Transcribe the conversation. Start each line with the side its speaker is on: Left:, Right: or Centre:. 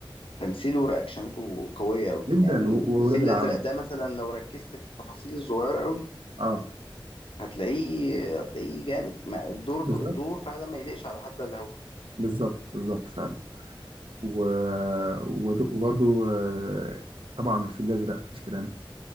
Left: تمثيله ورياكشناته قويه قوي
Right: جدا
Left: يعني
Right: و...
Left: الفيل
Right: واولاد العم
Left: الازرق ده مثلا لو ركزت في التفاصيل الصغيره قوي
Right: اه
Left: هتلاقيه هتلاقيه جامد ما- الدور
Right: بالظبط
Left: الدور فعلا ما يليقش على حد الا هو
Right: بالظبط بالظبط فعلا و... ود- وبرضو آه، طبعا الفيل الازرق مفيش كلام